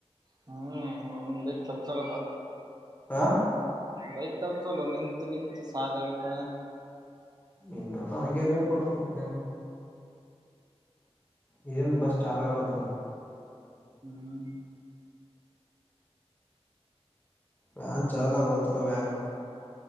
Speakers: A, on the right; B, on the left.
A: ಹ್ಮ್ ಒಂದ್ ಬೈಕ್ ತಪ್ತಲಪ್ಪ
B: ಹಾ
A: ಬೈಕ್ ತಬ್ಸಲ ನಿಂತ ನಿಂತು ಸಾಕ ಆಗತ್ತ
B: ಇತ ಅಂಗೇ ವೇರ್ ಮಾಡ ಮಾಸೆ ಇದೇನು ಬಸ್ ಚಾಲಾ ಕಲ್ತಲ
A: ಹ್ಮ್
B: ವ್ಯಾನ್ ಚಾಲಲಬೋಲ್ತಲ್ಲ ವ್ಯಾನ್